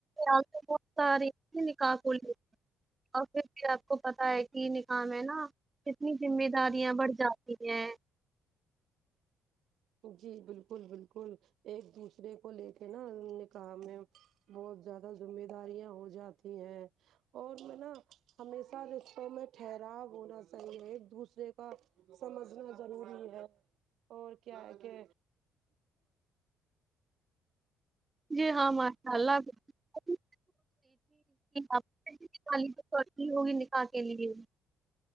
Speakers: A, on the right; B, on the right.
A: آپ بتا رہی تھی نکاح کو لیکر اور پھر بھی آپ کو پتا ہے کہ نکاح میں ہے نا کتنی ذمہ داریاں بڑھ جاتی ہیں
B: جی بالکل بالکل ایک دوسرے کو لے کے نا نکاح میں بہت زیادہ ذمہ داریاں ہو جاتی ہیں اور میں نا ہمیشہ رشتوں میں ٹھہراؤ ہونا صحیح ہے ایک دوسرے کا سمجھنا ضروری ہے اور کیا ہے کہ
A: جی ہاں ماشاء اللہ تھی آپ نکالی تو کرتی ہوگی نکاح کے لیے <unintelligible>